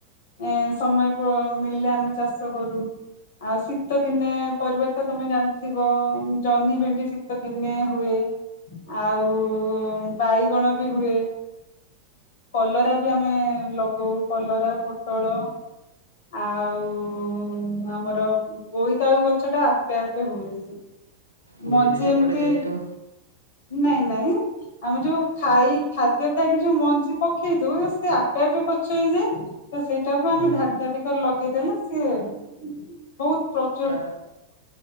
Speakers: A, on the left; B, on the right.
A: ଏଁ ସମୟ ମଳିଲେ ଆମେ ଚାଷ କରୁ। ଆଉ ଶୀତ ଦିନେ ପରିବା ତ ତମେ ଜାଣିଥିବ ଜହ୍ନି ଭେଣ୍ଡି ଶୀତ ଦିନେ ହୁଏ। ଆଉ ବାଇଗଣ ବି ହୁଏ। କଲରା ବି ଆମେ ଲଗଉ କଲରା ପୋଟଳ। ଆଉ ଆମର ବୋଇତାଆଳୁ ଗଛ ଟା ଆପେ ଆପେ ହୁଏ।
B: ବୁଝିଲି
A: ମଞ୍ଜି
B: ସେ
A: ଏମିତି
B: ପଟେଛି ଯେହେତୁ।
A: ନାଇଁ ନାଇଁ। ଆମେ ଯୋଉ ଖାଇ ଖାଦ୍ୟ ଖାଇକି ଯୋଉ ମଞ୍ଜି ପକେଇ ଦଉ ସେ ଆପେ ଆପେ ଗଛ ହେଇଯାଏ। ତ ସେଇଟାକୁ ଆମେ
B: ହୁଁ
A: ଧାଡି ଧାଡି କରି ଲଗେଇଦେଲେ ସିଏ ବହୁତ ପ୍ର
B: ତା